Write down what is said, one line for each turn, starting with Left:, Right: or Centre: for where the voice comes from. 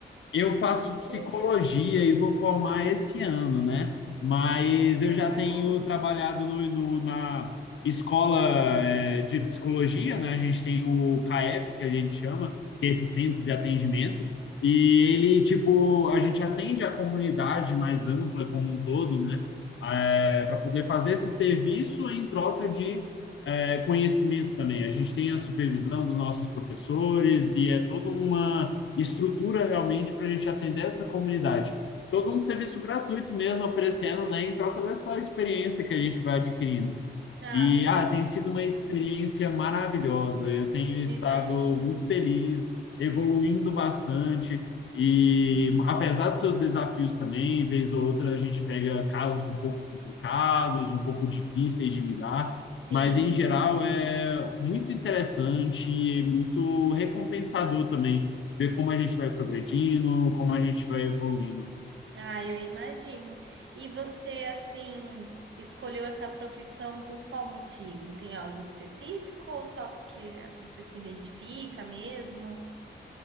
Left: Eu faço psicologia
Right: Buda.
Left: e vou formar esse ano, né? Mas eu
Right: Legal.
Left: já tenho trabalhado no, no- na escola eh, de psicologia, né? A gente tem o CAEP, que a gente chama, que é esse centro de atendimento, e ele, tipo, a gente atende a comunidade mais ampla como um todo, né? para poder fazer esse serviço em troca de eh, conhecimento também. A gente tem a supervisão dos nossos professores e é toda uma estrutura realmente para a gente atender essa comunidade. Todo um serviço gratuito mesmo oferecendo, né, em troca dessa experiência que a gente vai adquirindo.
Right: Ah,
Left: E
Right: legal.
Left: ah, tem sido uma experiência maravilhosa. Eu tenho estado
Right: Eu imagino.
Left: muito feliz, evoluindo bastante. E apesar dos seus desafios também, vez ou outra a gente pega casos um pouco complicados, um pouco difíceis de lidar,
Right: Sim.
Left: mas em geral é muito interessante e muito recompensador também ver como a gente vai progredindo, como a gente vai evoluindo.
Right: Ah, eu imagino. E você, assim, escolheu essa profissão por qual motivo? Tem algo específico ou só porque você se identifica mesmo?